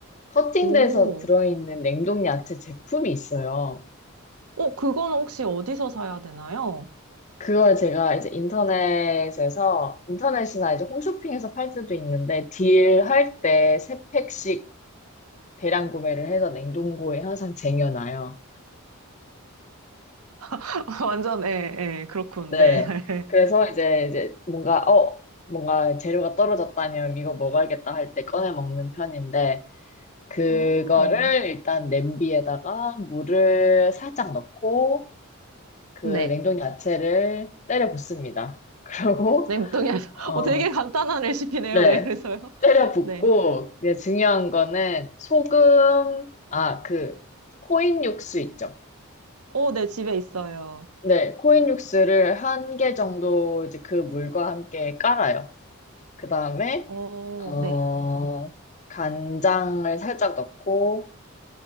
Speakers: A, on the left (about 35°); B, on the right (about 85°).
A: 커팅돼서
B: 오.
A: 들어있는 냉동 야채 제품이 있어요.
B: 어, 그건 혹시 어디서 사야 되나요?
A: 그걸 제가 이제 인터넷에서, 인터넷이나 이제 홈쇼핑에서 팔 때도 있는데, 딜할 때 세 팩씩 대량 구매를 해서 냉동고에 항상 쟁여놔요.
B: <laughs> 완전, 예, 예, 그렇군,
A: 네.
B: 네. <laughs>
A: 그래서 이제, 이제 뭔가, 어, 뭔가 재료가 떨어졌다니 이거 먹어야겠다 할 때 꺼내 먹는 편인데, 그거를
B: 어,
A: 일단 냄비에다가 물을 살짝 넣고 그
B: 네.
A: 냉동 야채를 때려 붓습니다. <laughs> 그러고
B: 냉동이 아니라, <laughs>
A: 어,
B: 어, 되게 간단한 레시피네요,
A: 네.
B: 네, 그래서요. <laughs>
A: 때려 붓고
B: 네.
A: 이제 중요한 거는 소금 아, 그 코인 육수 있죠.
B: 어, 네, 집에 있어요.
A: 네, 코인 육수를 한 개 정도 이제 그 물과 함께 깔아요. 그다음에
B: 어,
A: 어,
B: 네.
A: 간장을 살짝 넣고